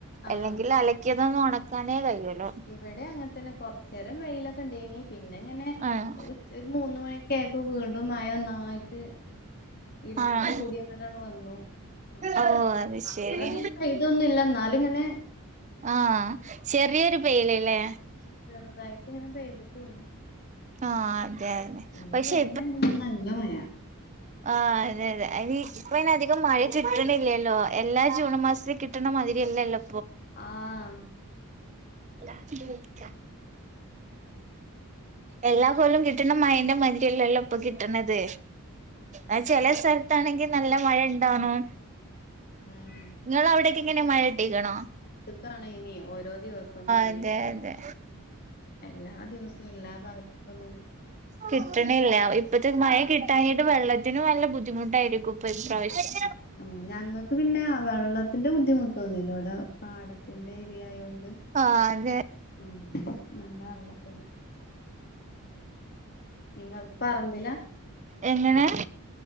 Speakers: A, on the left; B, on the right.
A: ആഹ്
B: എല്ലെങ്കില് അലക്ക്യതൊന്നും ഒണക്കാനേ കഴിയൂല്ല.
A: ഇവടെ അങ്ങൻ തന്നെ കൊർച്ചേ രം വെയിലൊക്കെ ഇണ്ടെനി പിന്നെ ഇങ്ങനെ
B: ആഹ്
A: ഉ ഒരു മൂന്നുമണിയൊക്കെ ആയപ്പോ വീണ്ടും മഴ ഒന്നായ്ട്ട് ഇര്ണ്ട്
B: ആഹ്
A: കൂടിയങ്ങണ്ടാണ്ട് വന്നു അങ്ങെ
B: ഓ അത്
A: അത്ര
B: ശരി
A: ഇതില് പെയ്തൊന്നുല്ല എന്നാലും ഇത്ങ്ങനെ
B: ആ ചെറ്യരു പെയ്യ ല്ല്ലേ.
A: ചെർതായിട്ട് ഇങ്ങനെ പെയ്തിട്ടൊള്ളൂ.
B: ആഹ് അതെ അതെ
A: ഇനിയും
B: പക്ഷെ
A: വര്ന്ന്ണ്ട് നല്ല മയാ.
B: ആ അതെ അതെ അയ്ന് ഇപ്പ അധികം മഴ കിട്ട്ണില്ലല്ലോ എല്ലാ ജൂൺ മാസത്തി കിട്ട്ണമാതിരിയല്ലല്ലോ
A: ആഹ്.
B: രാത്രി വിളിക്കാ. എല്ലാ കൊല്ലം കിട്ട്ണ മഴന്റെ മതിരില്ലല്ലോ ഇപ്പൊ കിട്ട്ണത്. അ ചെലെ
A: അത്
B: സ്ഥലത്താണെങ്കിനല്ല മഴ ഇണ്ടാണും.
A: ഉം
B: ഇങ്ങളെ അവ്ടെക്കെ എങ്ങനെ മഴ കിട്ടി ക്ക്‌ണോ?
A: താണ് ഇനി ഒ ഓരോ ദിവസം മഴയായിരിക്കും
B: അതെ അതെ
A: എല്ലാ ദിവസവും എല്ലാ ഭാഗത്തൊന്നും
B: കിട്ട്ണില്ല ഇപ്പത്തെ മഴ കി ട്ടാഞ്ഞിട്ട് വെള്ളത്തിന് നല്ല ബുദ്ധിമുട്ടായിരിക്കും ഇപ്പ ഈ പ്രാവശ്യം.
A: ആ ഞങ്ങക്ക് പിന്നെ വെള്ളത്തിന്റെ ബുദ്ധിമുട്ടൊന്നുമില്ല ഇവിടെ പാടത്ത് ത്തിൻ്റെ ഏരിയ ആയൊണ്ട്
B: ആഹ് അതെ
A: ആ നല്ല വെള്ളക്ക്ണ്ട്. ഇങ്ങൾത് പറമ്പിലാ?
B: <inaudible> എങ്ങനെ?